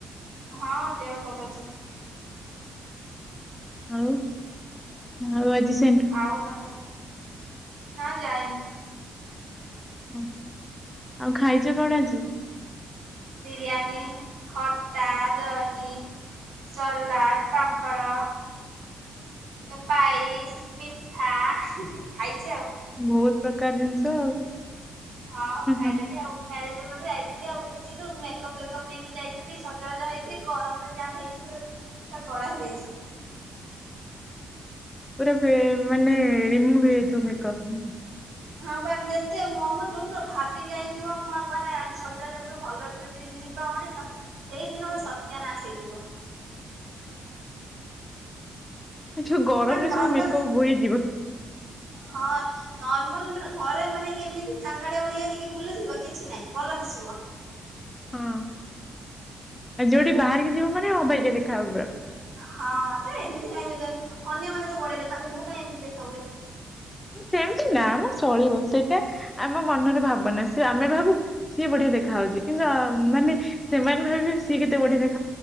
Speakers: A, on the right; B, on the left.
A: ହଁ ଦେହ ଭଲ ଅଛି।
B: ଆଉ ଆଉ ଆଜି ଶୁ
A: ଆଉ ତମେ ତ ନା ଜାଇନି।
B: ଓହୋ ଆଉ ଖାଇଚ କଣ ଆଜି?
A: ବିରିୟାନୀ ଖଟା ଦହି ସଲାଦ ପାମ୍ ମ୍ପଡ ଏ ପାଇସ୍ ମିଠା ଖାଇଚି ଆଉ।
B: ବୋହୁତ ପ୍ରକାର ଜିନିଷ ଆଉ।
A: ହଁ
B: ହୁଁ
A: ଖାଇଦେଲିି ଆଉ। ମ୍ୟାରେଜ ଯାଇଥିଲି ଆଉ କିନ୍ତୁ ମେକଅପ୍ ଫେକଅପ୍ ନେଇକି ଯାଇଥିଲି ସଜବାଜ ହେକି ଗରମରେ ଯାହା ହେଇଛି ପୁରା ପୁରା କଳା ହେଇଯାଇଚି।
B: ପୁରା ପେ ମାନେ ରିମୁଭ ହେଇ ଯାଇଥିବ ମେକପ।
A: ହଁ ପା ଯେତେ ମମ ଯୋଉ ଭାବି ଯାଇଥିବ ମୁଁ ଆକୁ ମାନେ ଆଜି ସଜାବ ହେବି ଭଲସେ। ଯଦି ଯିବ ମଣିଷ ସେଇଦିନ ମ ସତ୍ୟାନାଶ ହେଇଯିବ।
B: ଯୋଉ ଗରମରେ
A: ମାନେ ନର୍ମାଲ
B: ସବୁ ମେକଅପ୍ ବୋହିଯିବ।
A: ହଁ। ନର୍ମାଲ ମାନେ ଘରେ ମାନେ ଏମିତି କାଙ୍ଗାଳିଆ ଭଳିଆ ହେଇକି ବୁଲୁଥିବ କିଛି ନାଇଁ ଭଲ ଦିଶିବ।
B: ହଁ ଆଉ
A: ସେଇବା
B: ଯୋଉଠି ବାହାରିକି ଯିବୁ ମାନେ ଅବଗିଆ ଦେଖାହବୁ ପୁରା।
A: ହଁ ଯେ ଏମିତି କାଇହିଁ ହୁଏ କେଆଣି ଅନ୍ୟମାନେ ତ ବଢିଆ ଦେଖାନ୍ତି ମୁଁ କାଇଁ ଏମିତି ଦେଖା ହୁଏ?
B: ସେମତି ନା ଆମ ଚଳିବ ସେଇଟା ଆମ ମନର ଭାବନା ସେ ଆମେ ଭାବୁ ସିଏ ବଢିଆ ଦେଖାହାଉଚି କିନ୍ତୁ ମାନେ ସେମାନେ ଭାବିବେ ସିଏ କେତେ ବଢିଆ ଦେଖା